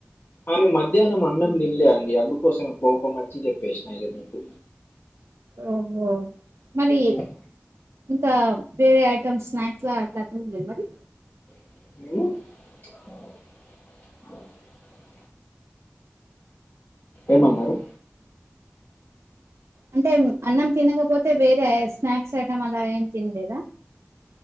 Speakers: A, on the left; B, on the right.
A: ఆమె మధ్యాహ్నం అన్నం తిన్లే అంది అందుకోసమే కోపం వచ్చి చెప్పేసిన ఇక మీకు
B: ఓహో మరి
A: ఉమ్,
B: ఇంకా వేరే ఐటెమ్ స్నాక్స్ అట్లా త ఉలే మరి
A: హ ఏమన్నారు
B: అంటే అన్నం తినకపోతే వేరే స్నాక్స్ ఐటం అలా ఏం తిినలేదా